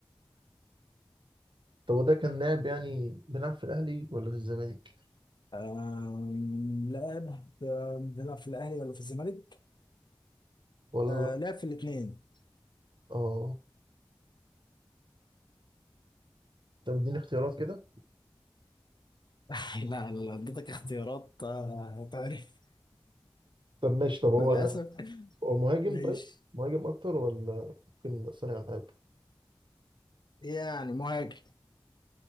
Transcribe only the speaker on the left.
آم، لعب آم، بيلعب في الأهلي ولا في الزمالك؟
آه، لعب في الاثنين
<laughs> لا لا لا، اديتك اختيارات آه، تعرف
<laughs> للاسف
ماشي
يعني مهاجم